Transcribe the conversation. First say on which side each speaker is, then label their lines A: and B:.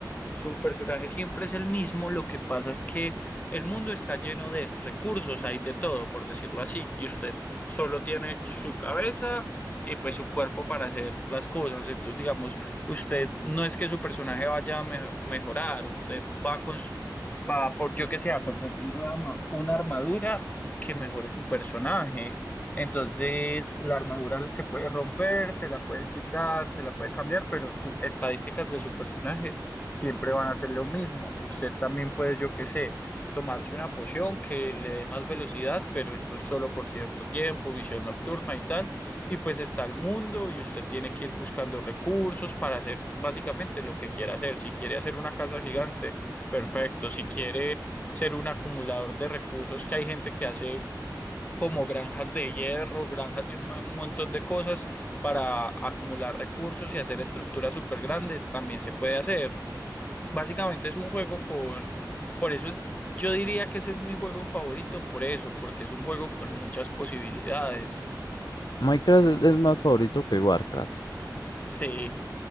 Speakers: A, on the left (about 20°); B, on the left (about 70°).
A: Su personaje siempre es el mismo, lo que pasa es que el mundo está lleno de recursos, hay de todo, por decirlo así, y usted solo tiene su cabeza y pues su cuerpo para hacer las cosas. Entonces, digamos, usted no es que su personaje vaya a me- mejorar, usted va a, cons- va a por, yo que sé, a conseguir una, arma- una armadura que mejore su personaje. Entonces, la armadura se puede romper, se la puede quitar, se la puede cambiar, pero sus estadísticas de su personaje siempre van a hacer lo mismo. Usted también puede, yo qué sé, tomarse una poción que le dé más velocidad, pero eso es solo por cierto tiempo, visión nocturna y tal. Y pues está el mundo y usted tiene que ir buscando recursos para hacer básicamente lo que quiera hacer. Si quiere hacer una casa gigante, perfecto. Si quiere ser un acumulador de recursos, que hay gente que hace... como granjas de hierro, granjas de un mon- montón de cosas para acumular recursos y hacer estructuras súper grandes, también se puede hacer. Básicamente es un juego con, por eso es, yo diría que ese es mi juego favorito, por eso, porque es un juego con muchas posibilidades.
B: Minecraft es es más favorito que Warcraft.
A: Sí,